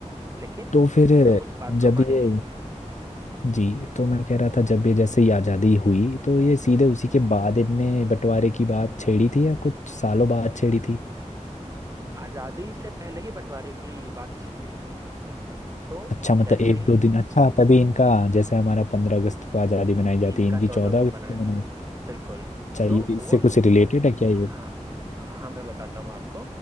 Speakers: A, on the right; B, on the left.
A: लेकिन
B: तो फिर
A: लोग उस बात
B: जब
A: को माने
B: ये
A: नहीं
B: जी तो मैं कह रहा था जब ये जैसे ही आज़ादी हुई तो ये सीधे
A: हम्म
B: उसी के बाद इनने बंटवारे की बात छेड़ी थी या कुछ सालों बाद छेड़ी थी
A: आजादी से पहले ही बंटवारे की बात छिड़ गई थी तो
B: अच्छा मतलब
A: जैसे
B: एक
A: ही
B: दो दिन अच्छा तभी इनका जैसे हमारा पंद्रह अगस्त को आज़ादी मनाई
A: इनका
B: जाती है इनकी
A: चौदह
B: चौदह
A: को
B: अगस्त
A: मनाया
B: को मनाई
A: बिल्कुल
B: चाहिए
A: तो हुआ
B: इससे कुछ रिलेटेड
A: हु,
B: है क्या ये
A: हाँ हाँ मैं बताता हूँ आपको